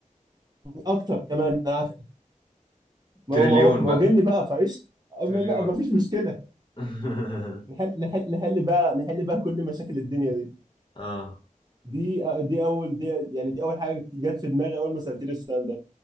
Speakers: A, on the right (about 30°); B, on the left (about 35°).
A: أكتر كمان آه، ما
B: تريليون
A: هو ما هو ما
B: بقى
A: هو جني بقى فايش ما
B: تريليار
A: ما- ما فيش مشكلة
B: <laughs>
A: نحل نحل نحل بقى نحل بقى كل مشاكل الدنيا دي
B: آه
A: دي آه، دي أول دي يعني دي أول حاجة جت في دماغي أول ما سألتني السؤال ده